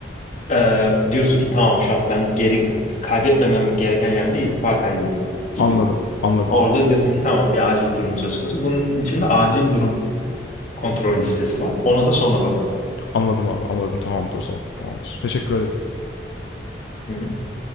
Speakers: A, on the left; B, on the left.
A: Ee, diyorsun ki tamam şu an ben geri kaybetmemem gereken yerde irtifa kaybediyor gibi.
B: Anladım. Anladım.
A: Orada diyorsun ki tamam bir acil durum söz konusu. Bunun içinde acil durum kontrol listesi var. Ona da sonra bakalım.
B: Anladım abi. Anladım. Tamamdır o zaman. Tamamdır. Teşekkür ederim.
A: Hı hı.